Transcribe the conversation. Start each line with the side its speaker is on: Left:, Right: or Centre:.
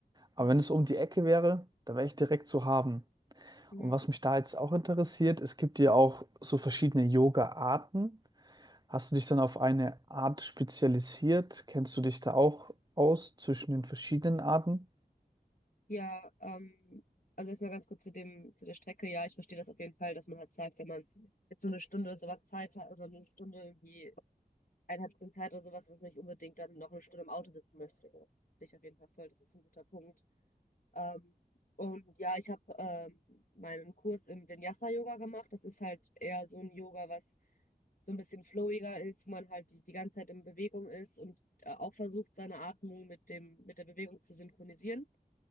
Right: Aber
Left: Mhm.
Right: wenn es um die Ecke wäre, da wäre ich direkt zu haben.
Left: Ja,
Right: Und was mich da jetzt auch interessiert, es gibt ja auch so verschiedene Yoga-Arten. Hast du dich dann auf eine Art spezialisiert? Kennst du dich da auch aus zwischen den verschiedenen Arten?
Left: ja ähm, also erstmal ganz kurz zu dem, zu der Strecke. Ja, ich verstehe das auf jeden Fall, dass man halt sagt, wenn man jetzt so eine Stunde oder sowas Zeit hat oder eine Stunde irgendwie eineinhalb Stunden Zeit oder sowas, dass man nicht unbedingt dann noch eine Stunde im Auto sitzen möchte. Ja, Verstehe ich auf jeden Fall voll. Das ist ein guter Punkt. Ähm, und ja, ich habe ähm, meinen Kurs im Vinyasa-Yoga gemacht. Das ist halt eher so ein Yoga, was so ein bisschen flowiger ist, wo man halt die, die ganze Zeit in Bewegung ist und äh, auch versucht, seine Atmung mit dem, mit der Bewegung zu synchronisieren,